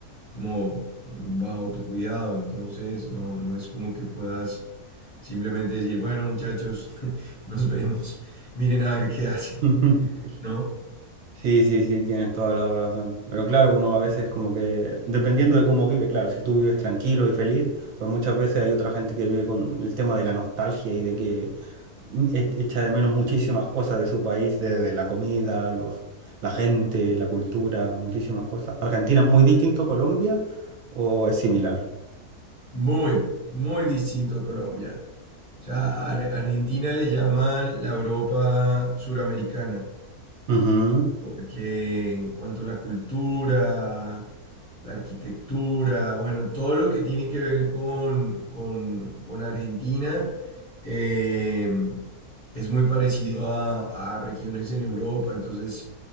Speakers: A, on the left (about 30°); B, on the right (about 65°).
A: como bajo tu cuidado, entonces no, no es como que puedas simplemente decir, bueno muchachos, <laughs> nos vemos, miren a ver qué hacen,
B: <laughs>
A: ¿no?
B: Sí, sí, sí, tienes toda la razón. Pero claro, uno a veces como que, dependiendo de cómo vive, claro, si tú vives tranquilo y feliz, pues muchas veces hay otra gente que vive con el tema de la nostalgia y de que mm, e- echa de menos muchísimas cosas de su país, desde la comida, los, la gente, la cultura, muchísimas cosas. ¿Argentina es muy distinto a Colombia o es similar?
A: Muy, muy distinto a Colombia. O sea, a Ar- Argentina le llaman la Europa suramericana.
B: Ujú.
A: Porque en cuanto a la cultura, la arquitectura, bueno, todo lo que tiene que ver con, con- con Argentina eh, es muy parecido a, a regiones en Europa. Entonces,